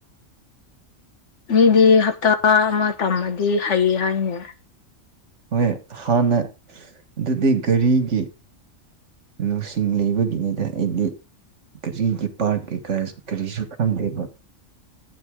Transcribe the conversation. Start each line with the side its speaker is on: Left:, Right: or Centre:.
Left: ꯃꯤꯗꯤ ꯍꯞꯇꯥ ꯑꯃ ꯇꯝꯃꯗꯤ ꯍꯩ ꯍꯥꯏꯅꯦ
Right: ꯍꯣꯏ ꯍꯥꯟꯅ ꯑꯗꯨꯗꯤ ꯒꯥꯔꯤꯒꯤ ꯂꯧꯁꯤꯡ ꯂꯩꯕꯒꯤꯅꯤꯗ ꯑꯩꯗꯤ ꯒꯥꯔꯤꯒꯤ ꯄꯥꯔꯠ ꯀꯩꯀꯥ ꯀꯔꯤꯁꯨ ꯈꯪꯗꯦꯕ